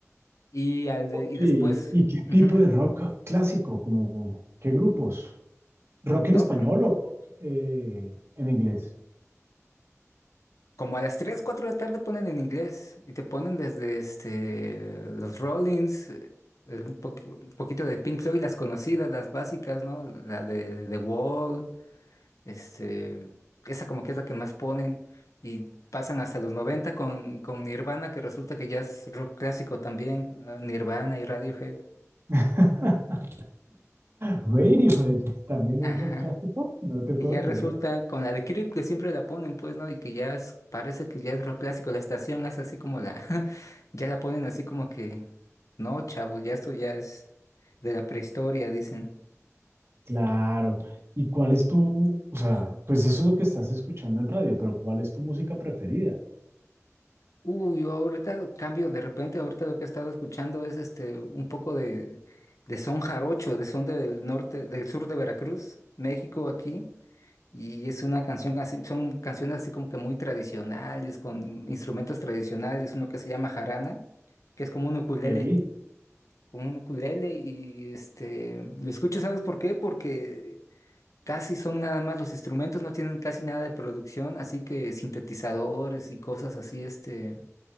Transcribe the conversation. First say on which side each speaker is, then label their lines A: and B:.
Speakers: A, on the left (about 80°); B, on the right (about 50°).
A: y, al de-
B: Oye,
A: y después...
B: ¿y y qué
A: ujú.
B: tipo de rock clásico? Como, ¿qué grupos? ¿Rock en
A: No,
B: español o rock eh, en inglés?
A: Como a las 3 4 de la tarde ponen en inglés y te ponen desde este, los Rollins, eh, eh, un, poqu- un poquito de Pink Floyd, las conocidas, las básicas, ¿no? La de The Wall, este, esa como que es la que más ponen y pasan hasta los 90 con, con Nirvana, que resulta que ya es rock clásico también, eh, Nirvana y Radiohead.
B: <laughs> Radiohead, ¿también
A: Ajá.
B: es rock clásico? No te
A: Que
B: puedo
A: ya
B: creer.
A: resulta con la de Creep que siempre la ponen, pues, ¿no? Y que ya es- parece que ya es rock clásico. La estación hace así como la. <laughs> Ya la ponen así como que. No, chavo, ya esto ya es de la prehistoria, dicen.
B: Claro. ¿Y cuál es tu, o sea, pues eso es lo que estás escuchando en radio, pero ¿cuál es tu música preferida?
A: Uy, yo ahorita cambio, de repente, ahorita lo que he estado escuchando es este un poco de, de son jarocho, de son del norte, del sur de Veracruz, México aquí. Y es una canción, casi- son canciones así como que muy tradicionales, con instrumentos tradicionales, uno que se llama jarana, que es como un ukulele,
B: Ey,
A: como un ukulele, y este, lo escucho, ¿sabes por qué? Porque casi son nada más los instrumentos, no tienen casi nada de producción, así que sintetizadores y cosas así, este,